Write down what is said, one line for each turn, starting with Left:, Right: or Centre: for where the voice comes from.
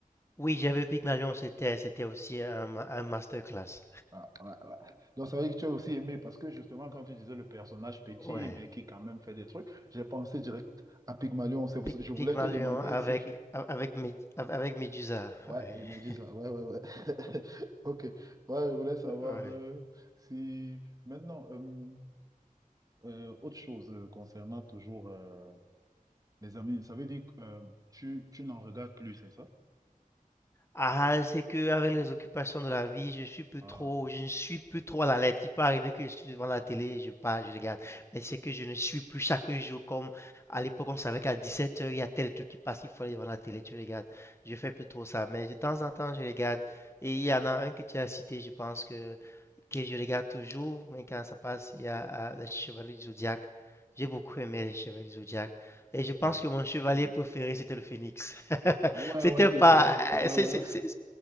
Left: Oui, j'avais Pygmalion, c'était c'était aussi un, ma- un masterclass.
Right: Ah, ouais, ouais. Donc, c'est vrai que tu as aussi aimé parce que justement, quand tu disais le personnage petit,
Left: Ouais.
Right: mais qui quand même fait des trucs, j'ai pensé direct à Pygmalion. C'est pour
Left: Py-
Right: ça- Je voulais
Left: Pygmalion
Right: te demander
Left: avec
Right: si tu.
Left: avec Mé- avec Médusa.
Right: Ouais,
Left: Ouais.
Right: et Médusa.
Left: <laughs>
Right: Ouais, ouais, ouais. <laughs> Ok. Ouais, je voulais savoir
Left: Ouais.
Right: euh, si. Maintenant, euh, euh, autre chose euh, concernant toujours euh, les amis, ça veut dire que euh, tu, tu n'en regardes plus, c'est ça?
Left: Ah, c'est que avec les occupations de la vie, je suis plus
Right: Ah,
Left: trop, je ne suis plus trop à la lettre. Il peut arriver que je suis devant la télé, je pars, je regarde. Mais c'est que je ne suis plus chaque jour comme à l'époque, on savait qu'à 17h, il y a tel truc qui passe, il faut aller devant la télé, tu regardes. Je fais plus trop ça. Mais de temps en temps, je regarde. Et il y en a un que tu as cité, je pense que que je regarde toujours, mais quand ça passe, il y a euh, les Chevaliers du Zodiaque. J'ai beaucoup aimé les Chevaliers du Zodiaque. Et je
Right: quand
Left: pense
Right: même.
Left: que mon chevalier préféré, c'était le Phénix. <laughs>
Right: Ouais,
Left: C'était
Right: ouais,
Left: pas.
Right: et qui... ouais,
Left: Ah,
Right: ouais,
Left: c'est-
Right: ouais.
Left: c'est-
Right: ouais.
Left: c'est-